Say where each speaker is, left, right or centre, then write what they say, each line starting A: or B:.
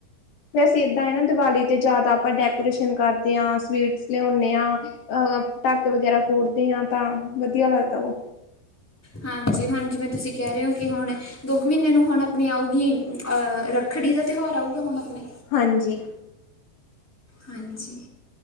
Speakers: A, on the left; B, in the centre.
A: ਫਿਰ ਅਸੀਂ ਐਦਾਂ ਹੀ ਨਾ ਦੀਵਾਲੀ 'ਤੇ ਜ਼ਿਆਦਾ ਆਪਾਂ ਡੈਕੋਰੇਸ਼ਨ ਕਰਦੇ ਆਂ, ਸਵੀਟਸ ਲਿਆਉਂਦੇ ਆਂ। ਅਹ ਪਟਾਕੇ ਵਗੈਰਾ ਫੋੜਦੇ ਆਂ, ਤਾਂ ਵਧੀਆ ਲੱਗਦਾ ਉਹ।
B: ਹਾਂਜੀ ਹੁਣ ਜਿਵੇਂ ਤੁਸੀਂ ਕਹਿ ਰਹੇ ਹੋ ਕਿ ਹੁਨ ਦੋ ਕੁ ਮਹੀਨੇ ਨੂੰ ਹੁਨ ਆਪਣੀ ਆਊਗੀ, ਅ ਰੱਖੜੀ ਦਾ ਤਿਉਹਾਰ ਆਊਗਾ ਹੁਣ ਆਪਣੇ
A: ਹਾਂਜੀ।
B: ਹਾਂਜੀ।